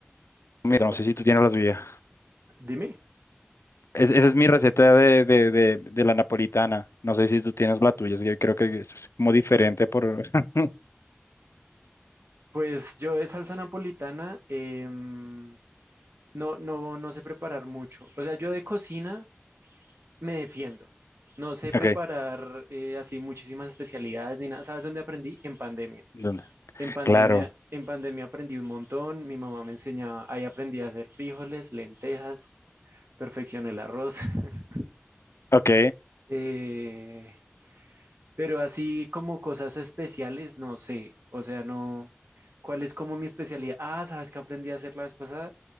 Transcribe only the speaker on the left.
Mira,
no sé
si tú tienes la tuya.
Es- esa es mi receta de, de, de, de la napolitana. No sé si tú tienes la tuya. es que Yo creo que eso es como diferente por... <laughs>
Ok,
¿dónde?
Claro.
Ok.